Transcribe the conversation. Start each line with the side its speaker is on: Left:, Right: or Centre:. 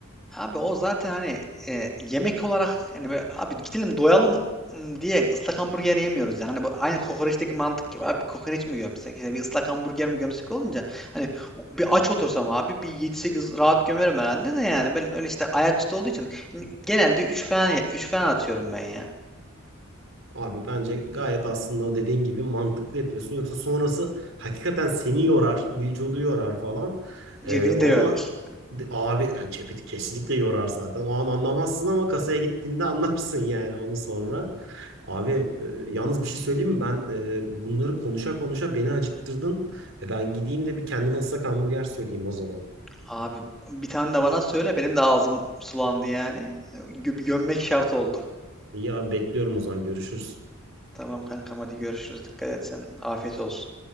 Centre: Abi o zaten hani e, yemek olarak yani böyle, abi gidelim doyalım m, diye ıslak hamburger yemiyoruz yani. Hani bu aynı kokoreçteki mantık gibi abi kokoreç mi gömsek işte bir ıslak hamburger mi gömsek olunca hani bir aç otursam abi bir 7-8 rahat gömerim herhalde de yani ben öyle işte ayaküstü olduğu için yani genelde 3 falan 3 falan atıyorum ben ya.
Right: Abi bence gayet aslında o dediğin gibi mantıklı yapıyorsun. Yoksa sonrası hakikaten seni yorar, vücudu yorar falan. Ee,
Centre: Cebini
Right: valla
Centre: de yorar.
Right: de- abi yani cebi kesinlikle yorar zaten. O an anlamazsın ama kasaya gittiğinde <laughs> anlarsın yani onu sonra. Abi e, yalnız bir şey söyleyeyim mi? Ben e, bunları konuşa konuşa beni acıktırdın. E, ben gideyim de bir kendime ıslak hamburger söyleyeyim o zaman.
Centre: Abi bir tane de bana söyle benim de ağzım sulandı yani. Gö- Gömmek şart oldu.
Right: İyi abi bekliyorum o zaman görüşürüz.
Centre: Tamam kankam hadi görüşürüz. Dikkat et sen. Afiyet olsun.